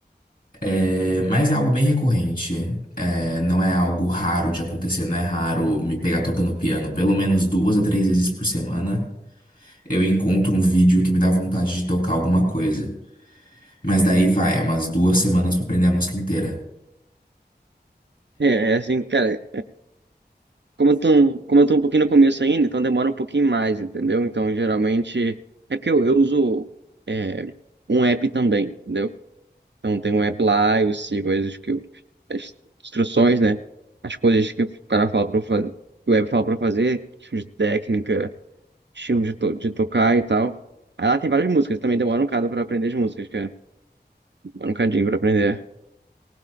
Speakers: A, on the left; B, on the right.
A: É, mas é algo bem recorrente. É, não é algo raro de acontecer, não é raro me pegar tocando piano. Pelo menos duas a três vezes por semana eu encontro um vídeo que me dá vontade de tocar alguma coisa. Mas daí vai, é umas duas semanas pra aprender a música inteira.
B: É, é assim, cara. Como eu tô, como eu tô um pouquinho no começo ainda, então demora um pouquinho mais, entendeu? Então, geralmente, é porque eu, eu uso é, um app também, entendeu? Então, tem um app lá, eu sigo as, que eu- as instruções, né? As coisas que o cara fala pra eu fazer, que o app fala pra eu fazer, tipo de técnica, estilo de, to, de tocar e tal. Aí lá tem várias músicas, também demora um bocado pra aprender as músicas, cara. Demora um cadinho pra aprender.